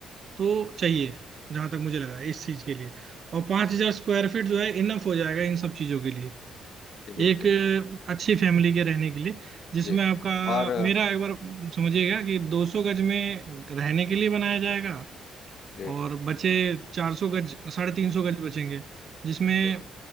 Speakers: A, on the right (about 50°); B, on the left (about 55°).
A: तो चाहिए जहां तक मुझे लग रहा है इस चीज के लिए और पाँच हजार स्क्वायर फीट जो है इनफ हो जाएगा इन सब चीजों के लिए
B: जी बिल्कुल
A: एक अच्छी फैमिली के रहने के लिए जिसमें
B: जी
A: आपका
B: और
A: मेरा एक बार समझिएगा कि 200 गज में रहने के लिए बनाया जाएगा
B: जी
A: और बचे 400 गज साढ़े तीन सौ गज बचेंगे जिसमें
B: जी